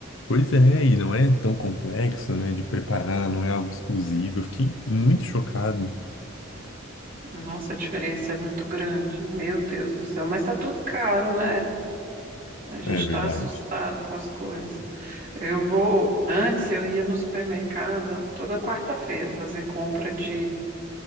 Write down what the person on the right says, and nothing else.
Nossa, a diferença é muito grande. Meu Deus do céu, mas tá tudo caro, né? A gente
tá assustado com as coisas. Eu vou, antes eu ia no supermercado toda quarta-feira fazer compra de